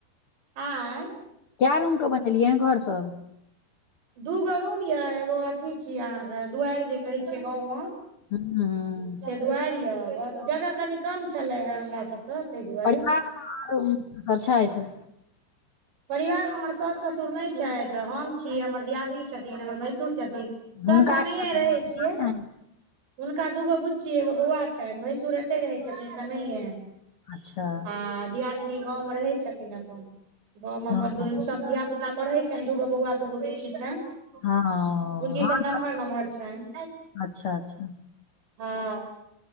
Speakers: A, on the right (about 60°); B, on the left (about 75°).
A: आँय
B: कै रूम के बनेलियै हन घर सब
A: दूगो रूम यऽ एगो अथी छी अहाँके दुआरि जे कहै छियै गाँवमे
B: हँ हँ
A: से दुआरि यऽ बस जगह कनी कम छलै ह हमरा सबके ताहि दुआरे
B: बढ़ियाँ <unintelligible> सब छथि
A: परिवारमे हमर साउस ससुर नय छथि हम छी हमर दियादिनी छथिन हमर भैंसुर छथिन
B: हुनका
A: सभ सङ्गहिये रहै छियै
B: छनि?
A: हुनका दूगो बुच्छी एगो बौआ छनि भैंसुर एतै रहै छथिन संगहियें
B: अच्छा
A: आ दियादनी गाँवमे रहै छथिन अपन। गाँव मे
B: हँ
A: अपन दु सभ धिया पुता पढ़े छनि दूगो बौआ दूगो बुची छनि।
B: हँ
A: बूचीसभ
B: हँ
A: नम्हर नम्हर छनि।
B: अच्छा अच्छा
A: हँ